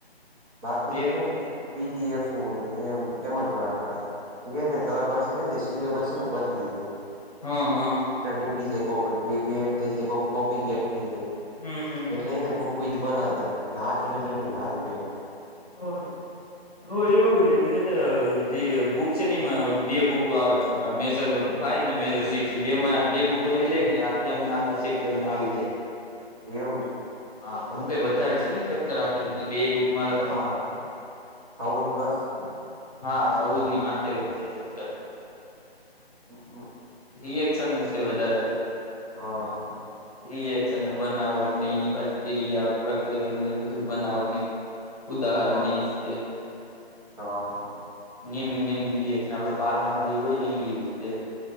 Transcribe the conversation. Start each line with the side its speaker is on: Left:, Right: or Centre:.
Right: બાકી
Left: બે
Right: તો હે ને પી. ડી. એફ. ઓ ને એમ એમ જ બનાવતાં એને
Left: હા
Right: દર વર્ ને સિલે <unintelligible> સીલેબસ છે ને બદલી દઈ
Left: હા હા
Right: નીકળી જાય કો એડ થઈ જાય કો ટોપીક એડ થઈ જાય
Left: હમ હમ
Right: એટલે હેને બૂક કોઈ દ <unintelligible> યારું કેવા.
Left: હએ હ એવું છે કે <unintelligible> જે બુક છે ને બે બુક આવે કકા મેજર ફાઈવ ને મેજર સિક્સ બેમાં બે બુક લઈ લેનેમ આખા સિફ્ટરીમાં આવી જાય
Right: એવું છે
Left: હા પણ હું કઈ વધારે છે ને શેક્ટર રાખેલ એટલે બે બક મારો
Right: હા ચૌદ પ્લસ છે
Left: <unintelligible> હા ચોદ ની માથે ગપ છેર
Right: હ હ
Left: રિએક્શન નુ છે વધારે તો
Right: હા
Left: રિએક્શન બનાવટ ને એની પાસે ક્રિયા પ્રક્રિયાને બધું બનાવટ ઉદાહરણ
Right: હા
Left: ને ઈજ છે
Right: હા
Left: નેમિંગ નેમિંગ રએ ને આપડે બારમાં હોય ને એવીતે